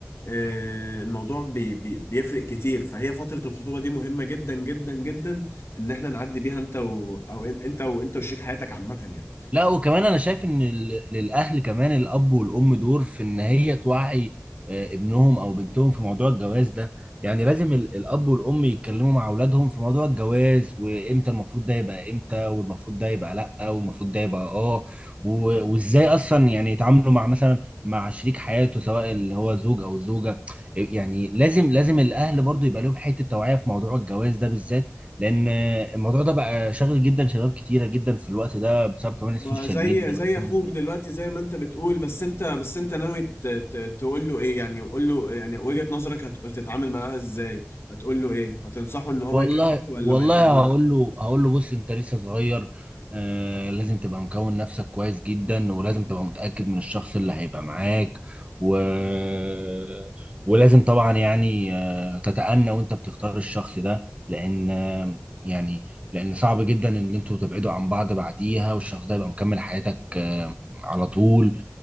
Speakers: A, on the left; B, on the right.
A: آه، الموضوع بي بي بيفرق كتير فهي فتره الخطوبه دي مهمه جدا جدا جدا ان احنا نعدي بيها انت و... او إن- انت وانت وشريك حياتك عامه يعني
B: لا وكمان انا شايف ان ال- للاهل كمان الاب والام دور في ان هي توعي آه، ابنهم او بنتهم في موضوع الجواز ده يعني لازم ال- الاب والام يتكلموا مع اولادهم في موضوع الجواز وامتى المفروض ده يبقى امتى والمفروض ده يبقى لا والمفروض ده يبقى اه و- وازاي اصلا يعني يتعاملوا مع مثلا مع شريك حياته سواء اللي هو زوج او زوجة يعني لازم لازم الاهل برضو يبقى لهم حتة توعية في موضوع الجواز ده بالذات لان الموضوع ده بقى شاغل جدا شباب كتيره جدا في الوقت ده بسبب كمان السوشيال
A: ما زي
B: ميديا
A: زي
B: والحاجات
A: اخوك
B: دي كلها.
A: دلوقتي زي ما انت بتقول بس انت بس انت ناوي ت... ت... تقول له ايه يعني قول له يعني وجهة نظرك هت... هتتعامل معاها ازاي هتقول له ايه هتنصحه ان هو
B: والله
A: يكمل ولا
B: والله
A: ما يكملش
B: هقول له هقول له بص انت لسه صغير آه لازم تبقى مكون نفسك كويس جدا ولازم تبقى متاكد من الشخص اللي هيبقى معاك و... <laughs> ولازم طبعا يعني آه تتأنى وانت بتختار الشخص ده لان آه يعني لان صعب جدا ان انتوا تبعدوا عن بعض بعديها والشخص ده يبقى مكمل حياتك آه على طول